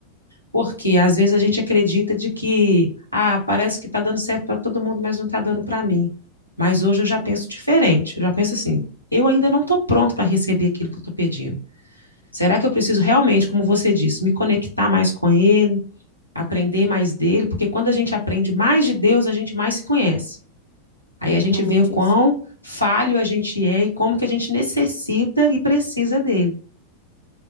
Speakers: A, on the left; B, on the left.
A: porque às vezes a gente acredita de que, ah, parece que está dando certo para todo mundo, mas não está dando para mim. Mas hoje eu já penso diferente. Eu já penso assim: eu ainda não estou pronto para receber aquilo que eu estou pedindo. Será que eu preciso realmente, como você disse, me conectar mais com ele? aprender mais dele, porque quando a gente aprende mais de Deus, a gente mais se conhece. Aí
B: É
A: a gente
B: realmente
A: vê quão
B: isso.
A: falho a gente é e como que a gente necessita e precisa dele.